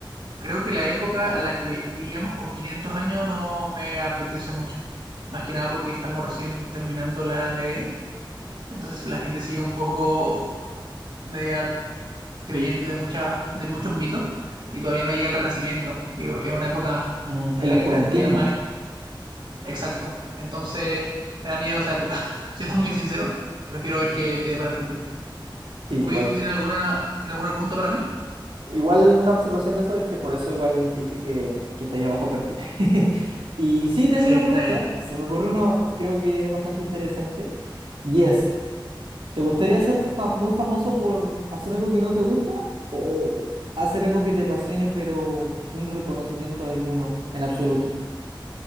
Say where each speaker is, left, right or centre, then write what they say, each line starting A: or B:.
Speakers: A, on the right; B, on the right.
A: creo que la época a la que iríamos con 500 años no me apetece mucho. Más que nada porque estamos recién terminando la Edad Media. Entonces la gente sigue un poco media creyente de muchas, de muchos mitos y todavía no llega el Renacimiento, que es una época
B: Mm,
A: en
B: el
A: la
B: oscurantismo.
A: que me gustaría más estar. Exacto. Entonces me da miedo esa época. <laughs> Siendo muy sincero, prefiero ver qué quede para el futuro.
B: Sí,
A: Oye,
B: igual.
A: ¿tú tienes alguna, tienes alguna pregunta para mí?
B: Igual una observación de eso es que por eso igual dije que, que estaría bajo perfil. <laughs> Y sí, tengo
A: Sí,
B: una
A: está
B: pregunta.
A: bien.
B: Se me ocurrió una, creo que es bastante interesante. Y es, ¿te gustaría ser fa- muy famoso por hacer algo que no te gusta o hacer algo que te apasione pero sin reconocimiento alguno en absoluto?